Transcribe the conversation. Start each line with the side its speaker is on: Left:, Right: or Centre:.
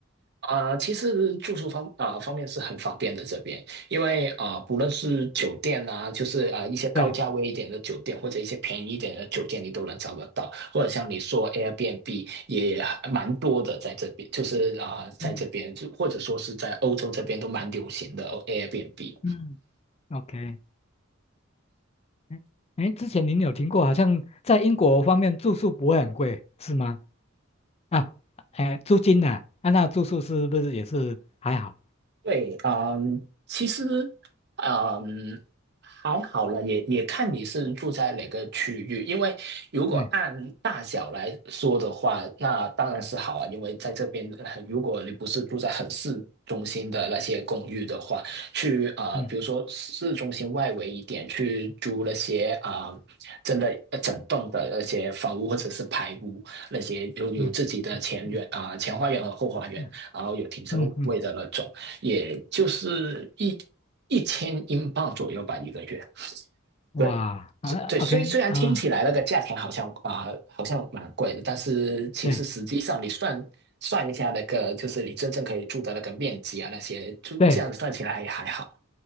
Right: 啊、其实住宿方啊、方面是很方便的这边，因为啊、不论是酒店啊，就是啊、一些高价位一点的酒店，
Left: 对，
Right: 或者一些便宜一点的酒店，你都能找得到。或者像你说 Airbnb 也蛮多的，在这边就是啊、在这边就或者说是在欧洲这边都蛮流行的哦
Left: 嗯
Right: Airbnb。
Left: 嗯，OK，嗯哎，哎之前您有听过，好像在英国方面住宿不会很贵，是吗？啊，哎，租金呢、啊？啊那住宿是不是也是还好？
Right: 对，嗯，其实，嗯，还好了，也也看你是住在哪个区域，因为如果按大小来说的话，
Left: 对，
Right: 那当然是好啊，因为在这边，呃如果你不是住在很市中心的那些公寓的话，去啊、
Left: 嗯
Right: 呃比如说市中心外围一点去租那些啊、呃真的呃整栋的那些房屋或者是排屋，那些有有自己的前院啊、
Left: 嗯嗯嗯嗯
Right: 呃前花园和后花园。
Left: 嗯
Right: 然后有停车位的那种，
Left: 嗯。嗯
Right: 也就是一一千英镑左右吧，一个月。
Left: 哇啊，OK
Right: 对，虽对，虽虽然听起来那个价钱好像啊、
Left: 啊，
Right: 好像蛮贵的，但是其实实际上你算算一下那个，
Left: 对
Right: 就是你真正可以住的那个面积啊，那些就这样算起来也还好。
Left: 对